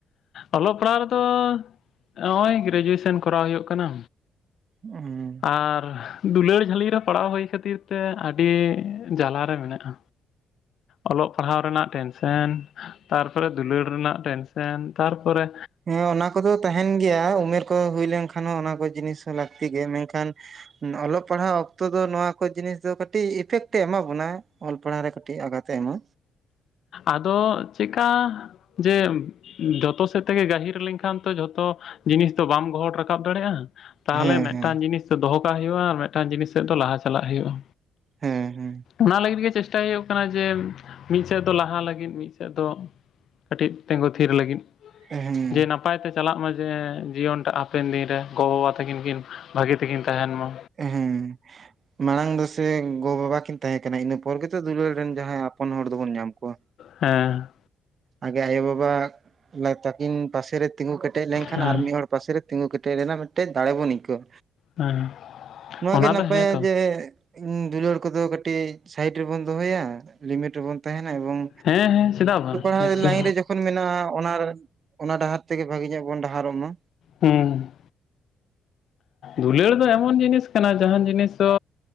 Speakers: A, on the left; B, on the right.
A: ᱚᱞᱚᱜ ᱯᱟᱲᱦᱟᱜ ᱨᱮᱫᱚ ᱱᱚᱜᱼᱚᱭ ᱜᱨᱮᱡᱩᱭᱮᱥᱚᱱ ᱠᱚᱨᱟᱣ ᱦᱩᱭᱩᱜ ᱠᱟᱱᱟ᱾
B: ᱦᱩᱸ
A: ᱟᱨ ᱫᱩᱞᱟᱹᱲ ᱡᱷᱟᱹᱞᱤ ᱨᱮ ᱯᱟᱲᱟᱣ ᱦᱩᱭ ᱠᱷᱟᱹᱛᱤᱨ ᱛᱮ ᱟᱹᱰᱤ ᱡᱟᱞᱟᱮ ᱢᱮᱱᱟᱜᱼᱟ᱾ ᱚᱞᱚᱜ ᱯᱟᱲᱦᱟᱣ ᱨᱮᱱᱟᱜ ᱴᱮᱱᱥᱮᱱ᱾ ᱛᱟᱨᱯᱚᱨᱮ ᱫᱩᱞᱟᱹᱲ ᱨᱮᱱᱟᱜ ᱴᱮᱱᱥᱮᱱ ᱛᱟᱨᱯᱚᱨᱮᱼᱼ
B: ᱦᱮᱸ ᱚᱱᱟ ᱠᱚᱫᱚ ᱛᱟᱦᱮᱱ ᱜᱮᱭᱟ ᱩᱢᱮᱨ ᱠᱚ ᱦᱩᱭ ᱞᱮᱱᱠᱷᱟᱱ ᱦᱚᱸ ᱚᱱᱟ ᱠᱚ ᱡᱤᱱᱤᱥᱼᱼ ᱞᱟᱹᱠᱛᱤ ᱜᱮ ᱢᱮᱱᱠᱷᱟᱱᱼᱼ ᱚᱞᱚᱜ ᱯᱟᱲᱦᱟᱜ ᱚᱠᱛᱚ ᱫᱚ ᱱᱚᱣᱟ ᱠᱚ ᱡᱤᱱᱤᱥ ᱫᱚ ᱠᱟᱹᱴᱤᱡ ᱤᱯᱷᱮᱠᱴ ᱮᱢᱟ ᱵᱚᱱᱟ ᱚᱞ ᱯᱟᱲᱦᱟᱣ ᱨᱮ ᱠᱟᱴᱤᱡ ᱟᱜᱟᱛ᱾ ᱛᱮ ᱮᱢᱟ᱾
A: ᱟᱫᱚ ᱪᱮᱜᱠᱟᱼᱼ ᱡᱮ ᱡᱚᱛᱚ ᱥᱮᱫ ᱛᱮᱜᱮ ᱜᱟᱹᱦᱤᱨ ᱞᱮᱱᱠᱷᱟᱱ ᱛᱚ ᱡᱷᱚᱛᱚᱼᱼ ᱡᱤᱱᱤᱥ ᱫᱚ ᱵᱟᱢ ᱜᱚᱦᱚᱲ ᱨᱟᱠᱟᱵ ᱫᱟᱲᱮᱭᱟᱜᱼᱟ᱾ ᱛᱟᱦᱚᱞᱮ
B: ᱦᱮᱸ
A: ᱢᱤᱫᱴᱟᱱ
B: ᱦᱮᱸ
A: ᱡᱤᱱᱤᱥ ᱫᱚᱦᱚ ᱠᱟᱜ ᱦᱩᱭᱩᱜᱼᱟ ᱟᱨ ᱢᱤᱫᱴᱟᱱ ᱡᱤᱱᱤᱥ ᱥᱮᱫ ᱫᱚ ᱞᱟᱦᱟ ᱪᱟᱞᱟᱜ ᱦᱩᱭᱩᱜᱼᱟ᱾
B: ᱦᱮᱸ
A: ᱚᱱᱟ ᱞᱟᱹᱜᱤᱫ ᱜᱮ ᱪᱮᱥᱴᱟᱭ ᱦᱩᱭᱩᱜ ᱠᱟᱱᱟ ᱡᱮᱼᱼ ᱢᱤᱫ ᱥᱮᱫ ᱫᱚ ᱞᱟᱦᱟ ᱞᱟᱹᱜᱤᱫ ᱢᱤᱫ ᱥᱮᱫ ᱫᱚ ᱠᱟᱹᱴᱤᱡ ᱛᱤᱸᱜᱩ ᱛᱷᱤᱨ ᱞᱟᱹᱜᱤᱫ᱾
B: ᱦᱮᱸ
A: ᱡᱮ
B: <inaudible>
A: ᱱᱟᱯᱟᱭ ᱛᱮ ᱪᱟᱞᱟᱜ ᱢᱟ ᱡᱮ ᱡᱤᱭᱚᱱ ᱴᱟᱜ ᱦᱟᱯᱮᱱ ᱫᱤᱱᱨᱮ ᱜᱚᱼᱵᱟᱵᱟ ᱛᱟᱹᱠᱤᱱ ᱠᱤᱱ ᱵᱷᱟᱹᱜᱤ ᱛᱮᱠᱤᱱ ᱛᱟᱦᱮᱱ ᱢᱟ᱾
B: ᱦᱮᱸ <inaudible> ᱢᱟᱲᱟᱝ ᱫᱚ ᱥᱮ ᱜᱚ ᱵᱟᱵᱟ ᱠᱤᱱ ᱛᱟᱦᱮᱸ ᱠᱟᱱᱟ ᱤᱱᱟᱹ ᱯᱚᱨ ᱜᱮᱛᱚ ᱫᱩᱞᱟᱹᱲ ᱨᱮᱱ ᱡᱟᱦᱟᱸᱭ ᱟᱯᱚᱱ ᱦᱚᱲ ᱫᱚᱵᱚᱱ ᱧᱟᱢ ᱠᱚᱣᱟ᱾
A: ᱦᱮᱸ
B: ᱟᱜᱮ ᱟᱭᱳᱵᱟᱵᱟ ᱛᱟᱹᱠᱤᱱ ᱯᱟᱥᱮᱨᱮ ᱛᱤᱸᱜᱩ ᱠᱮᱴᱮᱡ ᱞᱮᱱᱠᱷᱟᱱ
A: ᱦᱮᱸ
B: ᱟᱨ ᱢᱤᱫ ᱦᱚᱲᱼᱼ ᱯᱟᱥᱮ ᱨᱮ ᱛᱤᱸᱜᱩ ᱠᱮᱴᱮᱡ ᱞᱮ ᱨᱮᱱᱟᱜ ᱢᱤᱫᱴᱮᱡ ᱫᱟᱲᱮ ᱵᱚᱱ ᱟᱹᱭᱠᱟᱹᱣᱟ᱾
A: ᱦᱮᱸ
B: ᱱᱚᱣᱟ
A: ᱚᱱᱟ
B: ᱜᱮ ᱱᱟᱯᱟᱭᱟ
A: ᱫᱚ ᱦᱮᱸᱛᱚ
B: ᱡᱮᱼᱼ ᱤᱧ ᱫᱩᱞᱟᱹᱲ ᱠᱚᱫᱚ ᱠᱟᱹᱴᱤᱡ ᱥᱟᱭᱤᱴ ᱨᱮᱵᱚᱱ ᱫᱚᱦᱚᱭᱟ ᱞᱤᱢᱤᱴ ᱨᱮᱵᱚᱱ ᱛᱟᱦᱮᱱᱟ ᱮᱵᱚᱝᱼᱼ
A: ᱦᱮᱸ ᱦᱮᱸ ᱥᱮᱫᱟᱜ ᱵᱟᱝ᱾
B: ᱞᱟᱭᱤᱱ
A: ᱱᱤᱥᱪᱳᱭ
B: ᱨᱮ ᱡᱚᱠᱷᱚᱱ ᱢᱮᱱᱟᱜᱼᱟ ᱚᱱᱟ ᱚᱱᱟ ᱰᱟᱦᱟᱨ ᱛᱮᱜᱮ ᱵᱷᱟᱜᱤ ᱧᱚᱜ ᱵᱚᱱ ᱰᱟᱦᱟᱨᱚᱜ ᱢᱟ᱾
A: ᱦᱩᱸ ᱫᱩᱞᱟᱹᱲ ᱫᱚ ᱮᱢᱚᱱ ᱡᱤᱱᱤᱥ ᱠᱟᱱᱟ ᱡᱟᱦᱟᱱ ᱡᱤᱱᱤᱥ ᱫᱚ